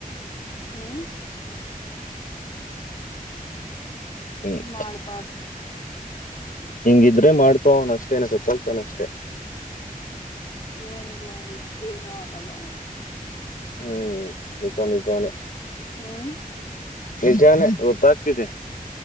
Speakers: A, on the left; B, on the left.
A: ಹ್ಮ್
B: ಹಿಂಗ್
A: ಮಾಡ್ಬಾರ್ದು
B: ಹಿಂಗಿದ್ರೆ ಮಾಡ್ಕೋನಷ್ಟೇನ ಸತ್ತೋಗ್ತಾನಷ್ಟೇ
A: ಏನಿಲ್ಲ ಇಲ್ಲಿ ಏನು ಆಗಲ್ಲ ಅವನ್ಗೆ
B: ಹ್ಮ್ ನಿಜಾ ನಿಜಾನೆ
A: ಹ್ಮ್
B: ನಿಜಾನ ಗೊತ್ತಾಗ್ತಿದೆ